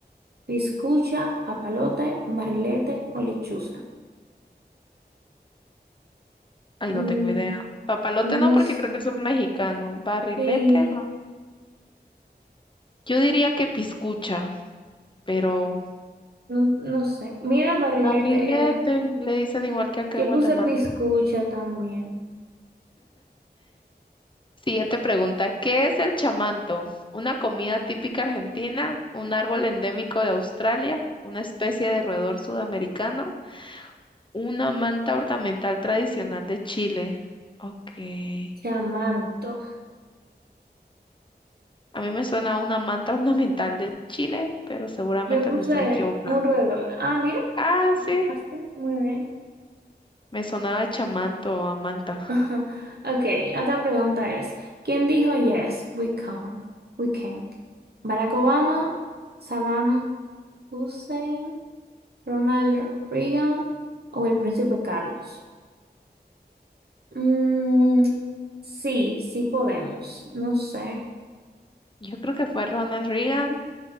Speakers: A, on the right; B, on the left.
A: ¿Piscucha, papalote, barrilete o lechuza?
B: Ay, no
A: Mm,
B: tengo idea. Papalote
A: No
B: no, porque
A: sé.
B: creo que eso es mexicano. Barrilete
A: Sí,
B: no. Yo diría que piscucha, pero
A: no, no sé. Mira, barrilete
B: barrilete
A: era.
B: le dicen igual que acá
A: Yo
B: en Guatemala.
A: puse piscucha también.
B: Siguiente pregunta. ¿Qué es el chamanto? ¿Una comida típica argentina? ¿Un árbol endémico de Australia? ¿Una especie de roedor sudamericano? ¿Una manta ornamental tradicional de Chile? Ok.
A: Chamanto.
B: A mí me suena a una manta <laughs> ornamental de Chile, pero seguramente
A: Yo puse
B: me estoy equivocando.
A: un roedor. Ah, mira.
B: Ah, sí.
A: Hazte, Muy bien.
B: Me sonaba chamanto o a manta.
A: <laughs> Ok, la otra pregunta es, ¿quién dijo yes, we can? We can. Barack Obama, Saddam Hussein, Ronald Reagan o el príncipe Carlos. Mm, sí, sí podemos. No sé.
B: Yo creo que fue Ronald Reagan